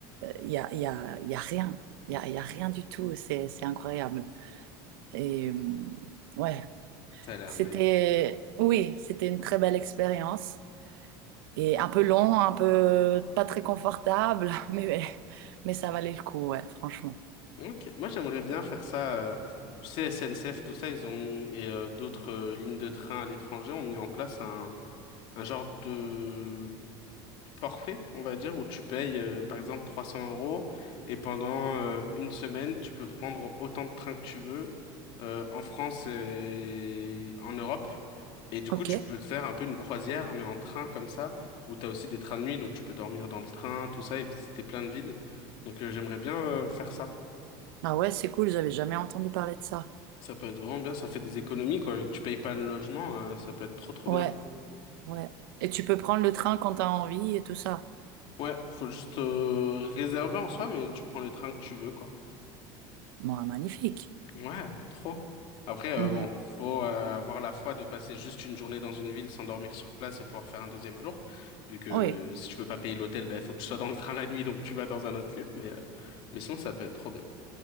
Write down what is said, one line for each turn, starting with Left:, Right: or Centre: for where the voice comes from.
Right: y a, y a, y a rien. Il y a, y a rien du tout. C'est, c'est incroyable. Et euh, ouais,
Left: Ça a l'air
Right: c'était,
Left: magnifique.
Right: oui, c'était une très belle expérience. Et un peu long, un peu pas très confortable, <laughs> mais, mais ça valait le coup, ouais, franchement.
Left: Ok, moi j'aimerais bien faire ça. euh, tu sais, SNCF, tout ça, ils ont mis- et euh, d'autres euh, lignes de train à l'étranger ont mis en place un, un genre de forfait, on va dire, où tu payes euh, par exemple 300 euros et pendant euh, une semaine, tu peux prendre autant de trains que tu veux euh, en France et en Europe. Et du
Right: Ok.
Left: coup, tu peux te faire un peu une croisière, mais en train comme ça, où tu as aussi des trains de nuit, donc tu peux dormir dans le train, tout ça, et visiter plein de villes. Donc euh, j'aimerais bien euh, faire ça.
Right: Ah ouais, c'est cool, j'avais jamais entendu parler de ça.
Left: Ça peut être vraiment bien, ça fait des économies, quoi. vu Que tu payes pas le logement, euh, ça peut être trop trop
Right: Ouais,
Left: bien.
Right: ouais. Et tu peux prendre le train quand t'as envie et tout ça.
Left: Ouais, faut juste euh, réserver en soi, mais tu prends les trains que tu veux, quoi.
Right: Moi, magnifique.
Left: Ouais, trop. Après, euh,
Right: Mhm.
Left: bon, faut euh, avoir la foi de passer juste une journée dans une ville sans dormir sur place et pouvoir faire un deuxième jour. Vu que euh,
Right: Oui,
Left: si tu veux pas payer l'hôtel, ben faut que tu sois dans le train la nuit, donc tu vas dans un autre lieu. Mais, euh, mais sinon, ça peut être trop bien.